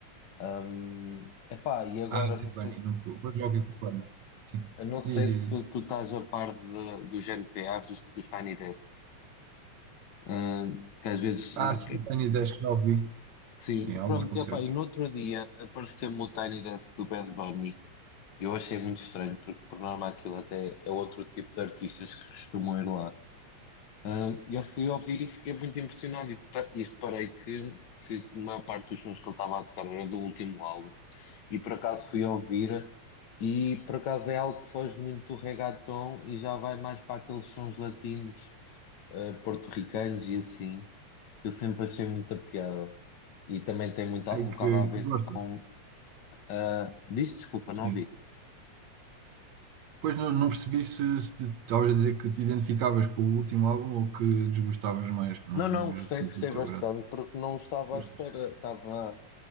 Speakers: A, on the left; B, on the right.
A: Hum, epá, e agora
B: Ah, Bad
A: não sei
B: Bunny,
A: se
B: nunca, mas já ouvi falar, mas sim.
A: Eu não sei
B: Diz, diz,
A: se
B: diz.
A: tu estás a par de- dos NPAs, dos, dos Tiny Desks, Ah, que às vezes.
B: Ah,
A: eh,
B: sim,
A: que-
B: tenho ideias que já ouvi.
A: Sim,
B: Sim, alguns
A: pronto,
B: concertos.
A: epá, e no outro dia apareceu-me o Tiny Desk do Bad Bunny. Eu achei muito estranho, porque por norma aquilo até é outro tipo de artistas que costumam ir lá. Ah, eu fui ouvir e fiquei muito impressionado e, pa- e reparei que, que, que a maior parte dos sons que ele estava a tocar era do último álbum e por acaso fui ouvir e por acaso é algo que foge muito do reggaeton e já vai mais para aqueles sons latinos, ah, porto-ricanos e assim, que eu sempre achei muita piada e também tem muito, a-
B: Aí
A: um
B: que,
A: bocado a ver
B: que gostas.
A: com... ah, diz desculpa, não
B: Sim.
A: ouvi.
B: Pois não, não percebi se, se te- estavas a dizer que te identificavas com o último álbum ou que desgostavas mais, que não,
A: Não, não,
B: não era
A: gostei,
B: tanto
A: gostei
B: do teu
A: bastante
B: grado.
A: porque não estava
B: Pois,
A: à espera, estava...